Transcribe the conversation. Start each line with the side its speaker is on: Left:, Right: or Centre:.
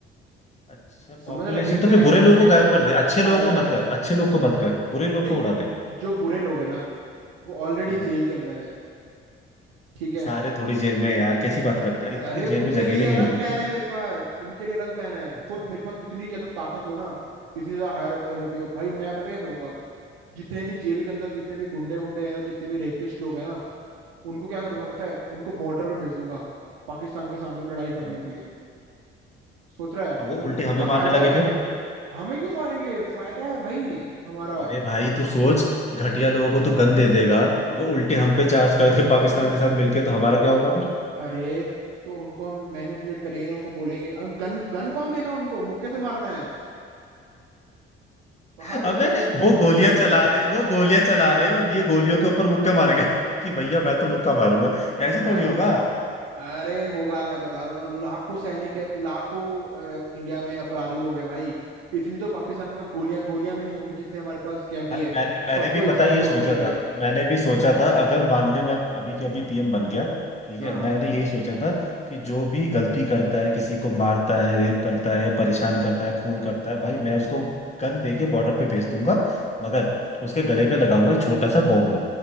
Left: अच्छा
Right: समझ
Left: पॉपुलेशन
Right: रहा है इनडायरेक्ट
Left: तो फिर बुरे
Right: कितने
Left: लोगों को गायब कर दे अच्छे लोगों
Right: फायदा
Left: को मत
Right: है
Left: कर अच्छे लोगों को मत कर बुरे लोगों
Right: देख
Left: को उड़ा दे
Right: जो बुरे लोग हैं ना वो ऑलरेडी
Left: हाँ
Right: जेल के अंदर है ठीक है
Left: सारे थोड़ी जेल में यार कैसी बात करता
Right: अरे
Left: है इतनी तो
Right: उनके
Left: जेल में जगह
Right: लिए
Left: भी
Right: अलग
Left: नहीं होगी
Right: प्लान है मेरे पास उनके लिए अलग प्लान है
Left: अच्छा
Right: सोच मेरे पास इतनी ज्यादा ताकत हो ना इतनी ज्यादा हायर अथॉरिटी हो भाई मैं पता क्या करूंगा जितने भी जेल के अंदर जितने भी गुंडे उंडे हैं ना जितने भी रेपिस्ट लोग हैं ना उनको क्या करूंगा
Left: हाँ,
Right: पता है उनको बॉर्डर पे भेज दूंगा पाकिस्तान के सामने लड़ाई करने
Left: हाँ।
Right: के लिए सोच रहा है
Left: अब वो
Right: उ,
Left: उल्टे हमें
Right: उसका
Left: मारने
Right: फायदा
Left: लगे
Right: है
Left: फिर
Right: हमें क्यों मारेंगे फायदा है भाई हमारा
Left: अरे भाई तू सोच घटिया लोगों को तू गन दे देगा वो उल्टे हम पे चार्ज कर दे पाकिस्तान के साथ मिलके तो हमारा क्या होगा फिर
Right: अरे तो उनको हम मैनिपुलेट करेंगे ना उनको बोलेंगे गन गन कौन देगा उनको मुक्के से मारना है
Left: <laughs>
Right: पागल
Left: अबे
Right: है क्या
Left: वो
Right: गन
Left: गोलियां
Right: वन क्यों
Left: चला
Right: दूंगा
Left: रहे वो गोलियां चला रहे और ये गोलियों के ऊपर मुक्के मारेंगे <laughs> कि भैया मैं तो मुक्का मारूंगा ऐसे
Right: अर,
Left: थोड़ी होगा
Right: अरे होगा मैं बता रहा हूँ ना, लाखों सैनिक है लाखों अ, इंडिया में अपराधी लोग हैं भाई इतनी तो पाकिस्तान के पास गोलियां गोलियां भी नहीं होंगी जितने हमारे पास कैदी
Left: भाई
Right: है
Left: मैंने मैंने
Right: सबको
Left: भी
Right: एक
Left: पता
Right: साथ
Left: है ये
Right: छोड़
Left: सोचा
Right: देंगे
Left: था मैंने भी सोचा था अगर मान ले मैं अभी के अभी पीएम बन गया ठीक
Right: हाँ
Left: है मैंने यही सोचा था कि जो भी गलती करता है किसी को मारता है रेप करता है या परेशान करता है खून करता है भाई मैं उसको गन दे के बॉर्डर पे भेज दूंगा मगर उसके गले पे लगाऊंगा एक छोटा सा बॉम्ब